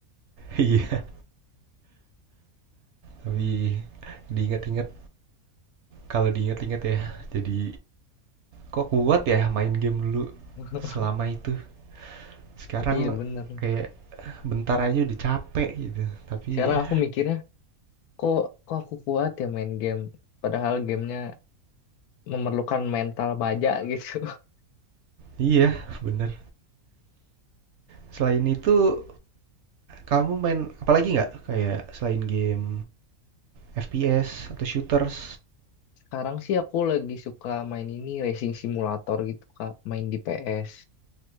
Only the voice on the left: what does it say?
<laughs>
Iya bener.
Sekarang
aku mikirnya, kok kok aku kuat ya main game? Padahal gamenya memerlukan mental baja gitu. <laughs>
Sekarang sih aku lagi suka main ini racing simulator gitu Kak, main di PS.